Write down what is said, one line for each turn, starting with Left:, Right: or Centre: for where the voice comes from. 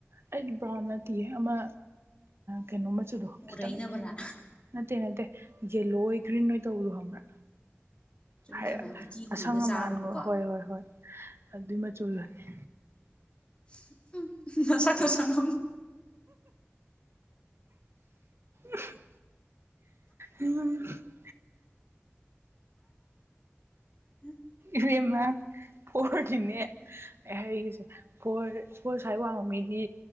Right: ꯑꯩꯗꯤ ꯕ꯭ꯔꯥꯎꯟ ꯅꯠꯇꯦ ꯑꯃ ꯀꯩꯅꯣ ꯃꯆꯨꯗꯣ
Left: ꯃꯨꯔꯩꯅꯕ꯭ꯔꯥ
Right: ꯈꯤꯇꯪ ꯅꯠꯇꯦ ꯅꯠꯇꯦ ꯌꯦꯜꯂꯣ ꯑꯣꯏꯒ꯭ꯔꯤꯟ ꯅꯣꯏ ꯇꯧꯕꯗꯨ ꯍ
Left: ꯆꯨꯝꯃꯦ
Right: ꯍꯥꯏꯔꯛꯦ
Left: ꯆꯨꯝꯃꯦ ꯎꯇꯤꯒꯨꯝꯕꯒ
Right: ꯑꯁꯪ
Left: ꯆꯥꯕꯒꯤꯀꯣ
Right: ꯑꯃꯥꯟꯒꯣ ꯍꯣꯏ ꯍꯣꯏ ꯍꯣꯏ ꯑꯗꯨꯏ ꯃꯆꯨꯒꯣꯅꯤ
Left: <inaudible> ꯅ ꯆꯒ ꯁꯅ
Right: ꯎ ꯎꯝ
Left: ꯑ
Right: ꯏꯦꯝꯃ ꯐꯣꯔꯒꯤꯅꯦ ꯑꯩ ꯍꯒꯤꯁꯦ ꯐꯣꯔ ꯐꯣꯔ ꯁ꯭ꯋꯥꯏ ꯋꯥꯡꯕ ꯃꯤꯗꯤ